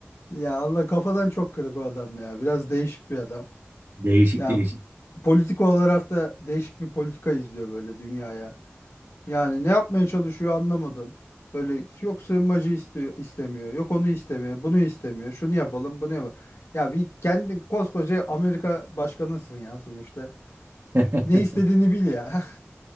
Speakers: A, on the left; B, on the right.
A: Ya Allah kafadan çok kırık o adam ya. Biraz değişik bir adam.
B: Değişik
A: Ya
B: değişik.
A: politik olarak da değişik bir politika izliyor böyle dünyaya. Yani ne yapmaya çalışıyor anlamadım. Böyle yok sığınmacı istiyor, istemiyor. Yok onu istemiyor. Bunu istemiyor. Şunu yapalım, bunu yapalım. Ya bir kendin koskoca Amerika başkanısın ya sonuçta.
B: <laughs>
A: Ne istediğini bil ya.